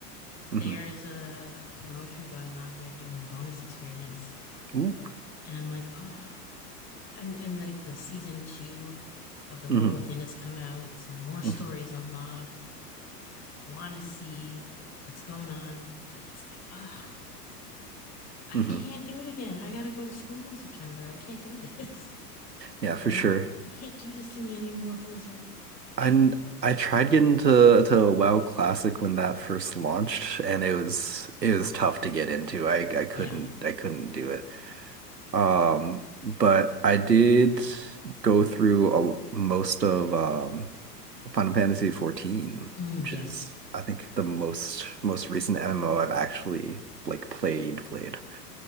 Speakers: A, on the right; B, on the left.
A: hmm
B: There's a, a promotion going on. They're doing bonus experience
A: Ooh.
B: and I'm like, oh, and and like the season two of The War
A: hmm
B: Within has come out, so more stories
A: hmm
B: unlocked. I want to see what's going on, but it's like, oh, I
A: hmm
B: can't do it again. I got to go to school in September. I can't do this. <laughs>
A: Yeah,
B: you
A: for
B: know,
A: sure.
B: you can't do this to me anymore, Blizzard. <laughs>
A: And
B: hmm
A: I tried getting to to WoW Classic when that first launched, and it was it was tough to get into. I I couldn't
B: Yeah.
A: I couldn't do it. Um, but I did go through a, most of um Final Fantasy 14,
B: Mm,
A: which
B: yes.
A: is I think the most most recent MMO I've actually like played played.